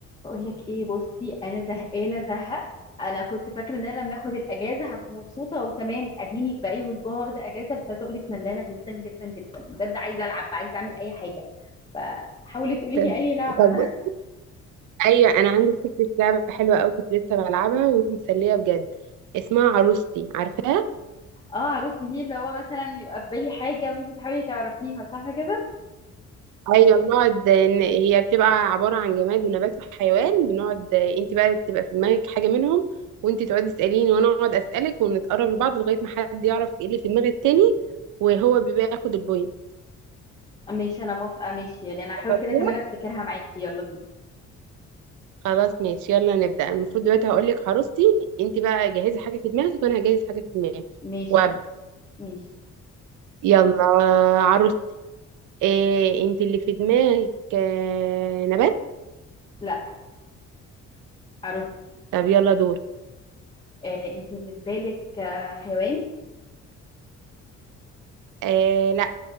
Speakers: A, on the left; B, on the right.
A: اقول لك ايه بصي انا زهقانه زهق انا كنت فاكره ان انا لما اخد الاجازه هبقى مبسوطه وتمام اديني بقالي اسبوع واخده اجازه بس عايزه اقول لك ملانه جدا جدا جدا بجد عايزه العب عايزه اعمل اي حاجه فحاولي تقولي
B: طب
A: لي اي لعبه
B: طب بص ايوه انا عندي فكره لعبه حلوه قوي كنت لسه بلعبها ومسليه بجد اسمها عروستي عارفاها
A: <laughs> اه عروستي دي اللي هو مثلا يبقى في بالي حاجه وانتي تحاولي تعرفيها صح كده
B: ايوه بنقعد ن- هي بتبقى عباره عن جماد ونبات وحيوان بنقعد انت بقى تبقى في دماغك حاجه منهم وانت تقعدي تساليني وانا اقعد اسالك ونتقرب لبعض لغايه ما حد يعرف ايه اللي في دماغ التاني وهو بيبقى ياخد البوينت
A: ماشي انا موافقه ماشي يعني انا هحاول
B: فكرتيها؟
A: كده كمان افتكرها معاكي يلا بينا
B: خلاص ماشي يلا نبدا المفروض دلوقتي هقول لك عروستي انت بقى جهزي حاجه في دماغك وانا هجهز حاجه في دماغي
A: ماشي
B: وابدا
A: ماشي
B: يلا عروستي إيه انت اللي في دماغك آه نبات
A: لا عروستي
B: طب يلا دور
A: آه انتي اللي في بالك آه حيوان
B: إيه لا